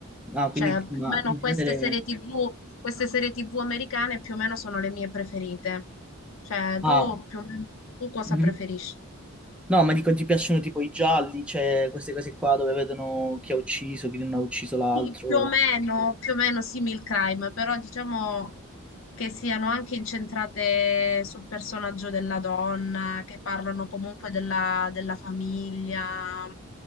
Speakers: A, in the centre; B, on the left.
A: ah,
B: Cioè,
A: quindi
B: più
A: ma
B: o meno
A: in genere...
B: queste serie TV, queste serie TV americane più o meno sono le mie preferite. Cioè,
A: Ah,
B: tu più o meno, tu cosa
A: mhm.
B: preferisci?
A: No, ma dico, ti piacciono tipo i gialli, cioè queste cose qua dove vedono chi ha ucciso, chi non ha ucciso l'altro.
B: Sì, più o meno, più o meno simil crime, però diciamo che siano anche incentrate sul personaggio della donna, che parlano comunque della, della famiglia,